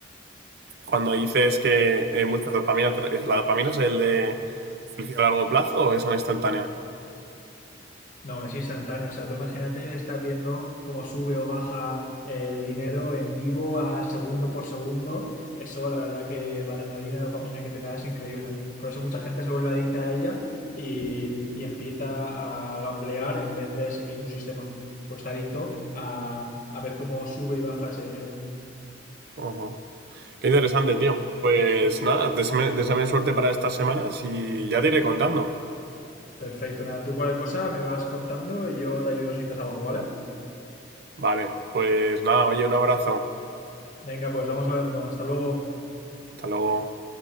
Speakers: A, on the right; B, on the left.
A: Cuando dices que eh, mucha dopamina, tra- eh, ¿la dopamina es el de felicidad a largo plazo o es una instantánea?
B: No, es instantáneo. O sea, tú imagínate estar viendo cómo sube o baja el dinero en vivo a segundo por segundo. Eso, la verdad, que la adrenalina y dopamina que te da es increíble. Por eso mucha gente se vuelve adicta a ella y, y empieza a gamblear en vez de seguir un sistema. Pues está adicto a, a ver cómo sube y baja ese dinero.
A: Ujú. Qué interesante, tío. Pues nada, deséame, deséame suerte para estas semanas y ya te iré contando.
B: Perfecto, nada, tú cualquier cosa me vas contando y yo te ayudo si necesitas algo, ¿vale?
A: Vale, pues nada, oye, un abrazo.
B: Venga, pues vamos hablando. Hasta luego.
A: Hasta luego.